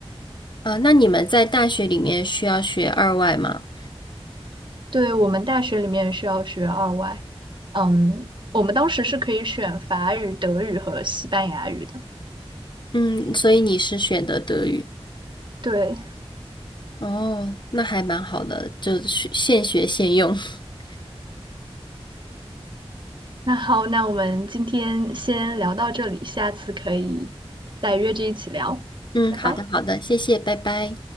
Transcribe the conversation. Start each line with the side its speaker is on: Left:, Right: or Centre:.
Left: 啊，那你们在大学里面需要学二外吗？
Right: 对，我们大学里面需要学二外，嗯，我们当时是可以选法语、德语和西班牙语的。
Left: 嗯，所以你是选的德语
Right: 对，
Left: 哦，那还蛮好的，就是现学现用。<laughs>
Right: 那好，那我们今天先聊到这里，下次可以再约着一起聊，
Left: 嗯，
Right: 拜拜。
Left: 好的，好的，谢谢，拜拜。